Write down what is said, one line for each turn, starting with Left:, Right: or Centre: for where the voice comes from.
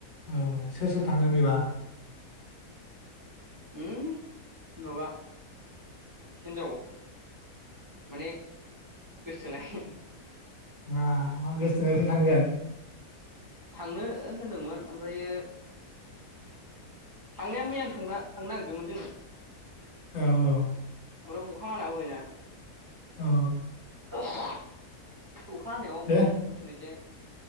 Left: औ सोर सोर थांगोन बेबा
Right: उम माबा हिनजाव माने गोसथोनाय
Left: मा गोसथोनायजों थांगोन
Right: थांनो होनदोंमोन ओमफ्रायो थांनाया मैयानो थांना थांनो नागिरदोंमोन जोङो
Left: औ औ।
Right: ओमफ्राय अखा हाना होबायना
Left: औ।
Right: अखा हानायाव
Left: दे
Right: ओरैजाय